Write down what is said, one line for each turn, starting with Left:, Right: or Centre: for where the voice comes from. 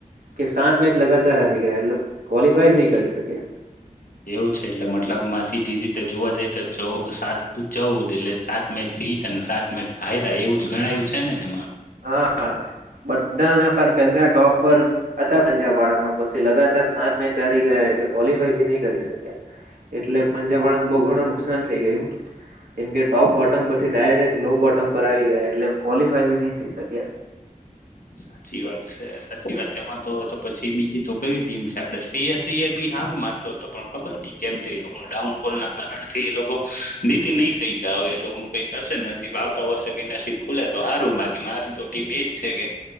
Right: કે સાત મેચ લગાતાર હારી ગયા એટલે ક્વોલિફાય જ નહી કરી શક્યા
Left: એવું છે એટલે મતલબમાં સીધી રીતે જોવા જઈ તો ચૌ સાત ચૌદ એટલે સાત મેચ જીત અને સાત મેચ હાયરા એવું જ ગણાયું છે ને એમાં
Right: હા બધાના પણ પેલા ટોપ પર હતા પંજાબ વાળા પણ પછી લગાતાર સાત મેચ હારી ગયા. ક્વોલિફાય બી નહી કરી શકયા એટલે પંજાબ વાળાને બો ઘણું નુકસાન થઈ ગયું કેમ કે ટોપ બોટમ પરથી ડાયરેક્ટ લો બોટ ટમ પર આવી ગયા એટલે કો ફાઈ બી ની થાય. થઈ શકયા
Left: સાચી વાત છે સાચી વાત એમાં તો પછી બીજી તો કઈ ટીમ છે આપડે શ્રેય સૈયર ભી સારું મારતો હતો પણ ખબર નઈ કેમ એ લોકો ડાઉનફોલના કારણથી એ લોકો જીતી નહી સહ છે અવે એ લોકોનુ કઈક હશે નસીબ આવતા વર્ષે કઈ નસીબ ખુલે તો સારું બાકી મારી તો ટીમ એજ છે કે